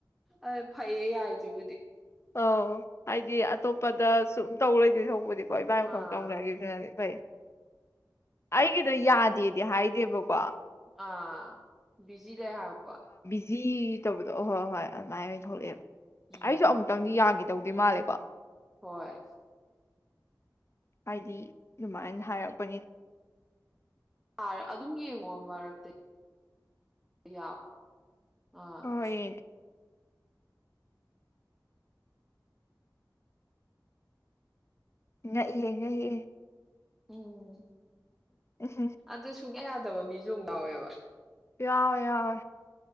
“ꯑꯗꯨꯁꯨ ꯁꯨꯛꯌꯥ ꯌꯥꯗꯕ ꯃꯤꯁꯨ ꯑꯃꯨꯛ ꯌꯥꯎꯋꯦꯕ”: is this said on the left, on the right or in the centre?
Centre